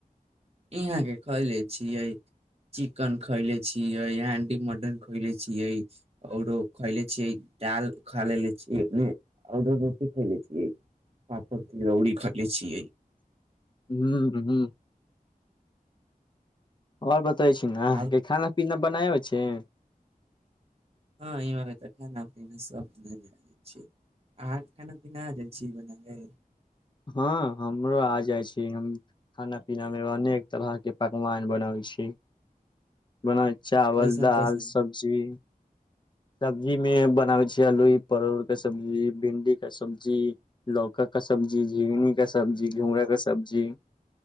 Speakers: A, on the right (about 40°); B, on the left (about 30°).
A: इहाँ के खैले छियै चिकन खैले छियै हांडी मटन खैले छियै आओरो खैले छियै दाल खा लेले छियै आओरो रोटी खैले छियै पापड़ तिलौड़ी खैले छीयै
B: हूंम्म हूंम्म आओर बताबै छी ने अहाँके
A: आओर
B: खाना पीना बनाबै छै
A: हँ ई वर <unintelligible> तऽ खाना पीना सब छियै अहाँके खाना पीना आ जाइ छी बनाबे
B: हँ हमरो आ जाइ छी हम खाना पीना मे अनेक तरह के पकवान बनबै छी बना चावल
A: कैसन
B: दाल
A: कैसन
B: सब्जी सब्जीमे बनाबे छियै आलूइ परोर के सब्जी भिंडी के सब्जी लौकी की सब्जी झीनी के सब्जी, घींगरा के सब्जी,